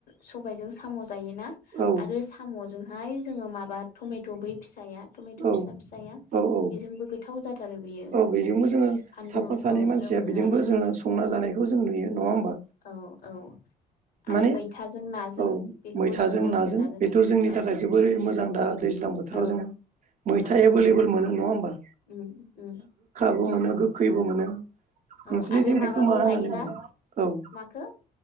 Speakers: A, on the left (about 60°); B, on the right (about 50°).
A: सबायजों साम जायोना
B: औ
A: आरो साम जोंहाय माबा टमेट बै फि या टमेट'
B: औ
A: फिसा फिसाया
B: औ औ
A: बेजोंबो गोथाव जा बेयो
B: औ बेजोंबो जोङो
A: फानलु
B: साफा सानै
A: औ
B: मानसिया
A: ज्रोम
B: बेजोंबो
A: होनानै
B: जोङो संना जानायखौ जों नुयो नङा होमबा
A: औ औ आरो
B: माने
A: मैथाजों नाजों
B: औ
A: बेखौबो
B: मैथाजों
A: सङो
B: नाजों
A: जों
B: बेथ जोंनि
A: औ
B: थाखाय जोबोरै मोजां दा दैज्लां बोथोराव
A: औ
B: जोङो मैथा
A: औ
B: एभेलेबोल
A: नंगौ
B: मोनो नङा होनोमबा
A: उम उम
B: मोन गोखैबो मोनो
A: औ
B: नोंसिोरनिथिं
A: आरो
B: बेखौ
A: माबाबो
B: मा होननानै
A: जायोना
B: बुङो औ
A: माखो